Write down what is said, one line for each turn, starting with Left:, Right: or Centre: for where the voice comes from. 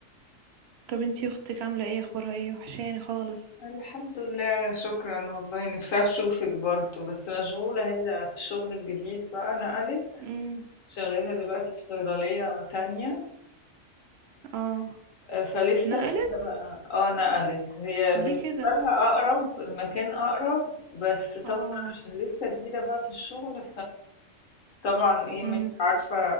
Right: طب انتي اختك عاملة ايه اخبارها ايه وحشاني خالص
Left: الحمد لله شكرا والله نفسي اشوفك برضو بس مشغولة هي في الشغل الجديد بقى نقلت
Right: امم
Left: شغالة دلوقتي في صيدلية تانية
Right: اه
Left: آه، فلسه
Right: نقلت
Left: جديدة بقى اه نقلت هي
Right: ليه
Left: بالنسبة
Right: كده
Left: لها اقرب المكان اقرب بس طبعا
Right: اه
Left: عشان لسه جديدة بقى في الشغل فطبعا ايه مش
Right: امم
Left: عارفة